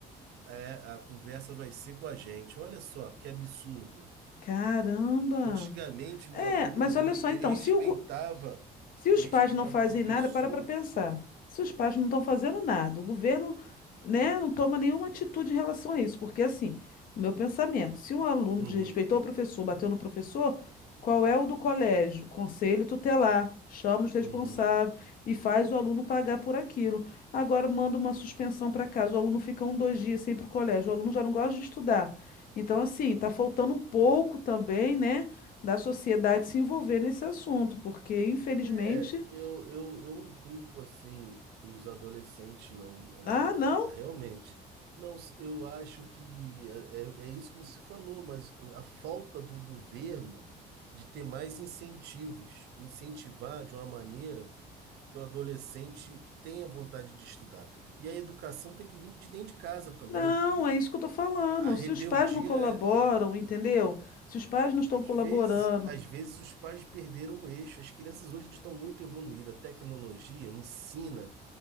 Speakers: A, on the right (about 70°); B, on the left (about 55°).
A: é, a conversa vai ser com a gente. Olha só que absurdo.
B: Caramba!
A: Antigamente
B: É,
A: o aluno
B: mas
A: ele,
B: olha só então,
A: ele respeitava
B: se, o go- se
A: ele
B: os
A: respeitava
B: pais não fazem
A: o professor.
B: nada, para para pensar. Se os pais não estão fazendo nada, o governo, né, não toma nenhuma atitude em relação a isso, porque assim, o meu pensamento, se um aluno
A: Uhum,
B: desrespeitou o professor, bateu no professor, qual é o do colégio? Conselho tutelar, chama os responsáveis
A: uhum.
B: e faz o aluno pagar por aquilo. Agora manda uma suspensão para casa, o aluno fica um, dois dias sem ir para o colégio, o aluno já não gosta de estudar. Então, assim, está faltando um pouco também, né? da sociedade se envolver nesse assunto, porque infelizmente,
A: É, eu, eu, eu não culpo assim os adolescentes, não. Ah,
B: ah, não,
A: ah, realmente. Não, s- eu acho que é, é é isso que você falou, mas o- a falta do governo de ter mais incentivos, incentivar de uma maneira que o adolescente tenha vontade de estudar. E a educação tem que vir de dentro de casa também.
B: não,
A: O-
B: é isso que eu tô falando.
A: A rebeldia
B: Se os pais não colaboram,
A: é,
B: entendeu? Se os pais não estão
A: às
B: colaborando,
A: vezes, às vezes os pais perderam o eixo. As crianças hoje estão muito evoluídas, a tecnologia ensina.